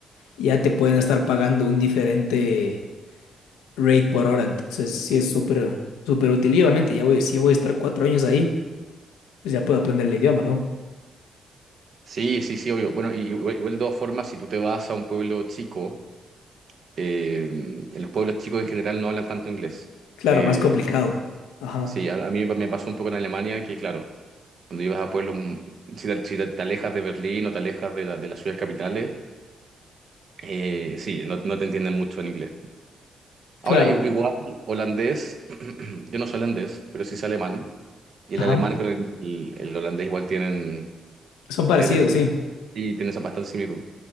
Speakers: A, on the left (about 80°); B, on the right (about 60°).
A: ya te pueden estar pagando un diferente rate por hora. Entonces, sí es súper, súper útil. Y obviamente, ya voy, si voy a estar cuatro años ahí, pues ya puedo aprender el idioma, ¿no?
B: Sí, sí, sí, obvio. Bueno, y igual igual de todas formas, si tú te vas a un pueblo chico, eh, en los pueblos chicos en general no hablan tanto inglés.
A: Claro,
B: Eh,
A: más complicado. Ajá.
B: Sí, a, a mí me pasó un poco en Alemania que, claro, cuando ibas a pueblos, mm, si te, si te- te alejas de Berlín o te alejas de, la- de las ciudades capitales, eh, sí, no, no te entienden mucho en inglés.
A: Claro.
B: Ahora, i- igual, holandés, <clears throat> yo no soy holandés, pero sí sé alemán, y
A: Ajá.
B: el alemán con el, el- el holandés igual tienen,
A: Son parecidos,
B: tienen,
A: sí.
B: y tienen esa bastante similitud.